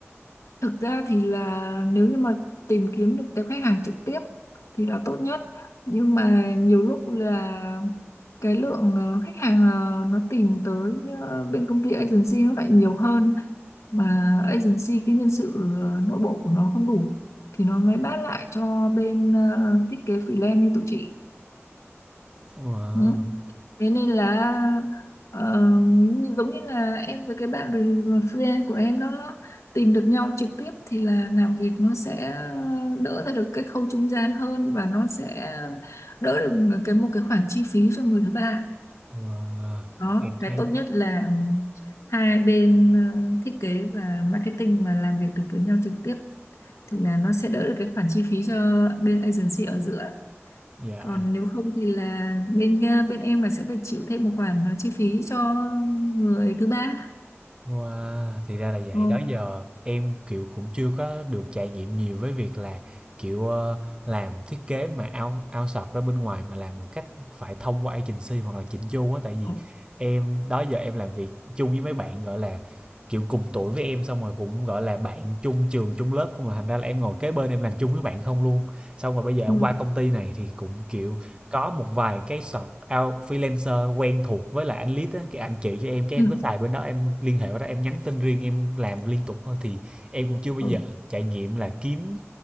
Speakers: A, on the left; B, on the right.
A: Thực ra thì là nếu như mà tìm kiếm được tới khách hàng trực tiếp thì là tốt nhất. Nhưng mà nhiều lúc là cái lượng ờ, khách hàng ờ, nó tìm tới ờ, bên công ty agency nó lại nhiều hơn mà agency cái nhân sự ờ, nội bộ của nó không đủ thì nó mới bán lại cho bên ờ, thiết kế freelance như tụi chị.
B: wow.
A: Ừ. Thế nên là ờ, như- giống như là em với cái bạn re- friend của em đó tìm được nhau trực tiếp thì là làm việc nó sẽ đỡ ra được cái khâu trung gian hơn và nó sẽ đỡ được cái một cái khoản chi phí cho người thứ ba.
B: Wow.
A: Đó,
B: em
A: cái
B: thấy
A: tốt nhất là hai bên ờ, thiết kế và marketing mà làm việc được với nhau trực tiếp thì là nó sẽ đỡ được cái khoản chi phí cho bên agency ở giữa
B: dạ
A: còn nếu không thì là bên ờ, bên em là sẽ phải chịu thêm một khoản ờ, chi phí cho người thứ ba
B: Wow, thì ra là vậy.
A: ồ
B: Đó giờ em kiểu cũng chưa có được trải nghiệm nhiều với việc là kiểu ờ, làm thiết kế mà ao ao sọt ra bên ngoài mà làm một cách phải thông qua agency hoặc là chỉnh chu á tại vì
A: Ồ,
B: em đó giờ em làm việc chung với mấy bạn gọi là kiểu cùng tuổi với em xong rồi cũng gọi là bạn chung trường chung lớp không mà thành ra là em ngồi kế bên em làm chung với bạn không luôn xong rồi bây giờ
A: ừ.
B: em qua công ty này thì cũng kiểu có một vài cái search out freelancer quen thuộc với lại anh lead á, cái anh chị cho em cái
A: Ừ.
B: em cứ xài bên đó, em liên hệ với đó, em nhắn tin riêng, em làm liên tục thôi thì em cũng chưa bao
A: Ừ.
B: giờ trải nghiệm là kiếm